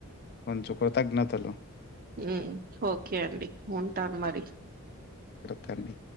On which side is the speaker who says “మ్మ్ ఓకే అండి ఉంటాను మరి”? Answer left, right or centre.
Right